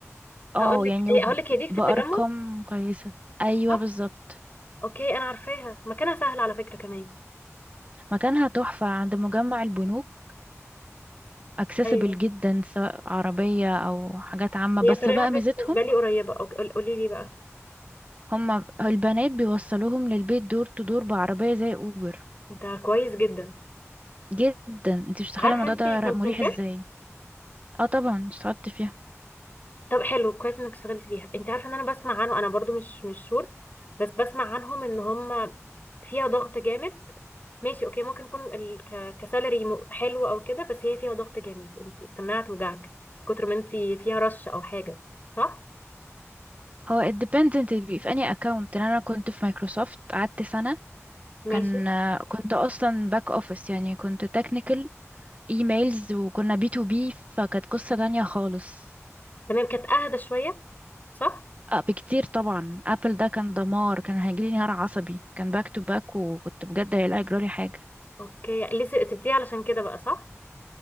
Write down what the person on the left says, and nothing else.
هقول
لك
ايه
هقول لك هي دي
في التجمع
صح
اوكي انا عارفاها مكانها سهل على فكره كمان
ايوه
هي
طريقها
بالنسبة
لي قريبة أو قول- قولي لي بقى
انت كويس جدا
عارفة
انت
كونسنتريكس
طب حلو كويس انك اشتغلت فيها انت عارفة ان انا بسمع عنه انا برضو مش مش شور بس بسمع عنهم ان هم فيها ضغط جامد ماشي اوكي ممكن يكون ال... ك... كسالري م- حلو او كده بس هي فيها ضغط جامد انت السماعة توجعك كتر ما انت فيها رش او حاجة صح
ماشي
تمام كانت اهدى شوية صح
اوكي لسه سبتيها علشان كده بقى صح